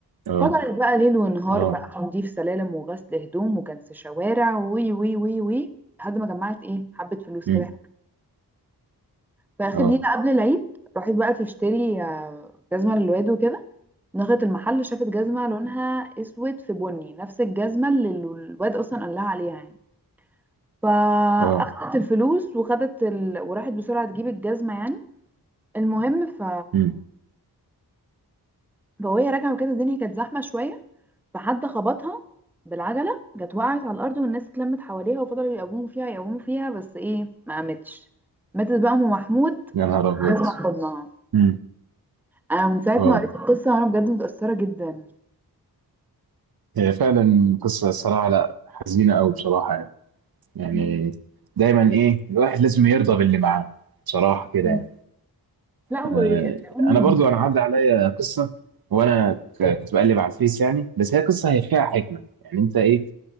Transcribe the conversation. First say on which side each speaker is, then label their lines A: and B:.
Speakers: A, on the right (about 65°); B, in the centre.
A: اه
B: فضلت بقى ليل ونهار
A: اه
B: بقى تنظيف سلالم وغسل هدوم وكنس شوارع وي وي وي وي لحد ما جمعت ايه حبه فلوس
A: امم
B: كده في اخر
A: اه
B: ليله قبل العيد راحت بقى تشتري آه، جزمه للواد وكده دخلت المحل شافت جزمة لونها اسود في بني نفس الجزمة اللي الواد اصلا قال لها عليها يعني فاخدت
A: اه
B: الفلوس وخدت ال... وراحت بسرعة تجيب الجزمة يعني المهم ف
A: امم
B: فوهي راجعة وكده الدنيا كانت زحمة شوية فحد خبطها بالعجلة جت وقعت على الأرض والناس اتلمت حواليها وفضلوا يقوموا فيها يقوموا فيها بس ايه ما قامتش ماتت بقى أم محمود
A: يا نهار ابيض
B: جزمة في حضنها
A: امم
B: أنا من ساعة
A: اه
B: ما قريت القصة وأنا بجد متأثرة جدا
A: هي فعلا قصه الصراحه لا حزينه قوي بصراحه يعني يعني
B: مم.
A: دايما ايه الواحد لازم يرضى باللي معاه بصراحه كده
B: مم.
A: يعني
B: لا والأم
A: آه انا برضو انا عدى عليا قصه وانا ك- كنت بقلب على الفيس يعني بس هي قصه هي فيها حكمه يعني انت ايه